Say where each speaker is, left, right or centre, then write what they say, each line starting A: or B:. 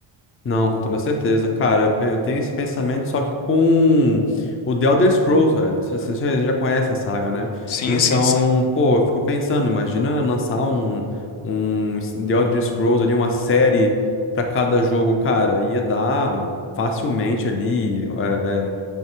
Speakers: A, on the left; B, on the left.
A: Não, com toda certeza. Cara, eu pe- eu tenho esse pensamento só que com o The Elder Scrolls, velho. Você você já já conhece a saga, né?
B: Sim,
A: Então,
B: sim, sim.
A: pô, eu fico pensando, imagina lançar um, um s- The Elder Scrolls ali, uma série pra cada jogo, cara. Ia dar facilmente ali, é, é,